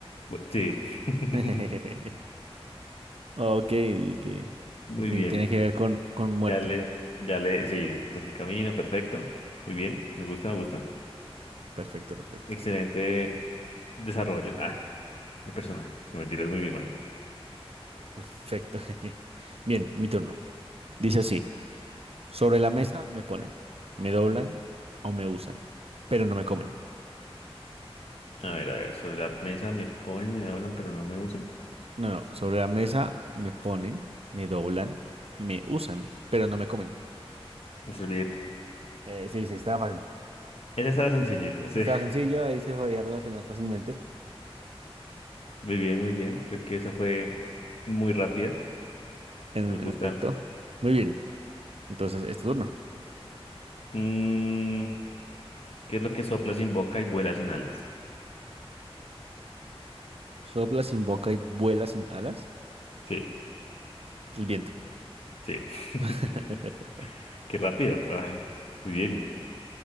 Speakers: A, on the left; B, on the right.
A: Bu- Sí. <laughs>
B: <laughs> Ok, y que,
A: Muy
B: que te-
A: bien.
B: tiene que ver con, con muerte.
A: Ya le, ya le, sí, entonces el camino, perfecto. Muy bien, me gusta, me gusta.
B: Perfecto, perfecto.
A: Excelente desarrollo, ah, de personaje. No mentiras, muy bien, man.
B: Perfecto. <laughs> Bien, mi turno. Dice así, sobre la mesa me ponen, me doblan o me usan, pero no me comen.
A: A ver, a ver, sobre la mesa me ponen, me doblan, pero no me usan.
B: No, no, sobre la mesa me ponen, me doblan, me usan, pero no me comen.
A: El servilleta.
B: Eh, sí, sí, estaba fácil.
A: Esa estaba sencillita, sí.
B: Estaba sencillo, ahí se podía relacionar fácilmente.
A: <laughs> Muy bien, muy bien. Creo que esa fue muy rápida.
B: En,
A: Me gusta.
B: en efecto. Muy bien. Entonces, es tu turno.
A: Mm, ¿qué es lo que sopla sin boca y vuela sin alas?
B: Sopla sin boca y vuela sin alas.
A: Sí,
B: El viento.
A: sí. <laughs>
B: <laughs>
A: Qué rápido. <laughs> Ah, muy bien.